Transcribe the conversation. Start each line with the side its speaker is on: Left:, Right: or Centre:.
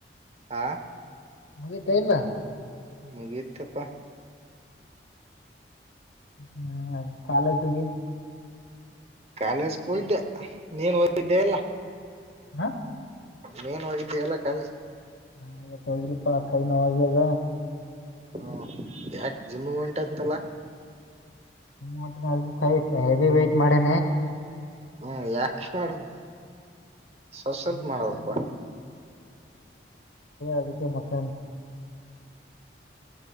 Right: ಹಾ
Left: ಮುಗತಾ ಇರ್ಲ್ಲ
Right: ಮುಗತಪ್ಪ
Left: ಹ್ಮ ಕಾಲ ತುಗಿ
Right: ಕಾಲಜ ಕಯ್ದೆ ನೀನ್ ಇದ ಎಲ್ಲ
Left: ಹ
Right: ಮೇನ್ವಾಗಿದ್ದೇ ಎಲ್ಲ ಕ
Left: ಹಾತ್ತ ಪಳಕ ನವ ಹ ಹಗ
Right: ಹ್ಮ ಯಾಕ ಜಿಮಗ್ ಉಂಟಂತಲ್ಲ
Left: ಹ ಜ ಹೆೇವಿ ವೈಟ್ ಮಾಡೆ
Right: ಹ್ಮ ಯಾಕ ಮಾಡ್ಬೇಕ ಸ್ವಲ್ ಸ್ವಲ್ಪ
Left: ನಲ
Right: ಮಾಡ್ಬೇಕಪ್ಪಾ
Left: ಅದಕ್ಕೆ ಮಾಥ